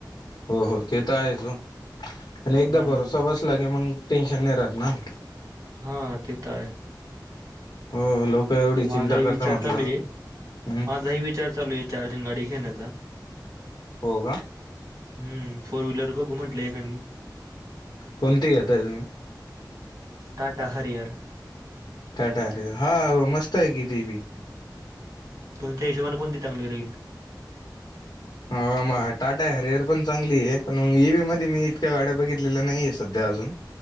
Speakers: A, on the left; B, on the right.
A: हो हो ते तर आहे ओ! आणि
B: हम्म
A: एकदा भरोसा बसला की मग टेन्शन नाही राहत ना.
B: हा ते तर आहे
A: हो लोक एवढी
B: तर
A: चिंता
B: माझाही
A: करता
B: विचार
A: म्हटल्यावर
B: चालू आहे
A: हम्म.
B: माझाही विचार चालू आहे चार गाडी घेण्याचा.
A: हो का?
B: हम्म फोर व्हीलर बघू म्हटलं एखादी.
A: कोणती घेताय तुम्ही?
B: टाटा हरियर
A: टाटार हरिअर हा मस्त आहे किती बी.
B: तुमच्या हिशोबाने कोणती चांगली राहील
A: हो टाटा हरियर पण चांगली आहे पण म ई वी मध्ये मी इतक्या गाड्या बघितलेल्या नाहीये सध्या. आजुन?